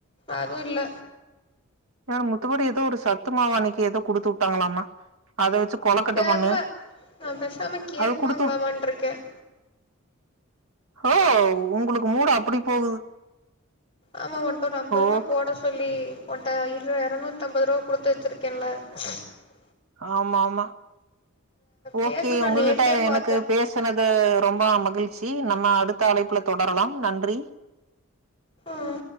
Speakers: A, on the left; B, on the right.
A: அதும் இல்ல
B: ஏ முத்து கூட ஏதோ ஒரு சத்து மாவு அன்னிக்கு ஏதோ குடுத்து விட்டாங்களாமா அத வச்சு கொலக்கட்ட
A: தெர்ல
B: பண்ணு
A: நான் பேசாம கேக்குவாங்கலாமான்ட்ருக்கேன்
B: அது குடுத்து ஓ உங்களுக்கு மூடு அப்படி போகுது
A: ஆமா ஒன்ட ஒரு ஐம்பது ரூவா
B: ஓகே
A: போட சொல்லி ஒன்ட் இருல இரநூத்தம்பது ரூவா கொடுத்து வச்சுருக்கேனல்ல சம <unintelligible>
B: ஆமா ஆமா ஓகே
A: கேக்கு நா
B: உங்ககிட்ட
A: நேத்தே
B: எனக்கு
A: பாத்தே
B: பேசுனது ரொம்ப மகிழ்ச்சி நம்ம அடுத்த அழைப்புல தொடரலா நன்றி
A: ம்